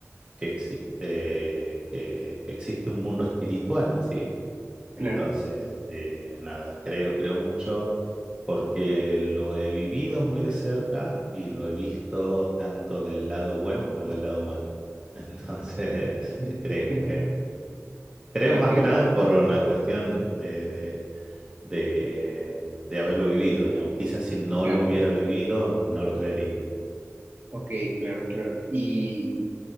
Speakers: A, on the right (about 20°); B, on the right (about 45°).
A: que existe, que, que existe un mundo espiritual en sí.
B: claro.
A: Entonces, eh, nada, creo, creo mucho porque lo he vivido muy de cerca y lo he visto tanto del lado bueno como del lado malo. <laughs> Entonces,
B: Sí.
A: eh, creo,
B: <laughs>
A: creo. Creo
B: Ok,
A: más que nada por una cuestión de, de, de- de haberlo vivido, digamos. Quizás si no
B: claro,
A: lo hubiera vivido, no lo creería.
B: ok, claro, claro. Y